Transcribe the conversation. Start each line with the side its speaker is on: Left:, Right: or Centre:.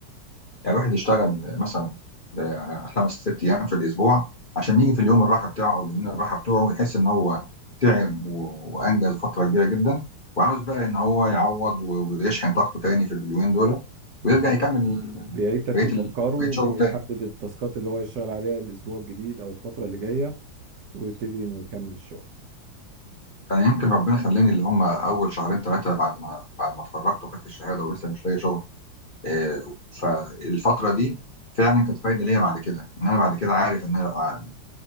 Left: يعني الواحد يشتغل مثلا آه، خمس ست ايام في الاسبوع عشان يجي في اليوم الراحه بتاعه او اليومين الراحه بتوعه ويحس ان هو تعب و- وانجز فتره كبيره جدا وعاوز بقى ان هو يعوض و- ويشحن طاقته تاني في اليومين دول
Right: بالظبط
Left: ويرجع يكمل
Right: بيعيد ترتيب
Left: بقيه ال-
Right: افكاره
Left: بقيه شغله
Right: بيحدد
Left: تاني
Right: التاسكات اللي هو يشتغل عليها الاسبوع الجديد او الفتره اللي جايه ويبتدي انه يكمل الشغل
Left: انا يمكن ربنا خلاني اللي هم اول شهرين ثلاثه بعد ما بعد ما اتخرجت وخدت الشهاده ولسه مش لاقي شغل آه، فالفترة دي فعلا كانت فايدة ليا بعد كده ان انا بعد كده عارف ان انا لو قع-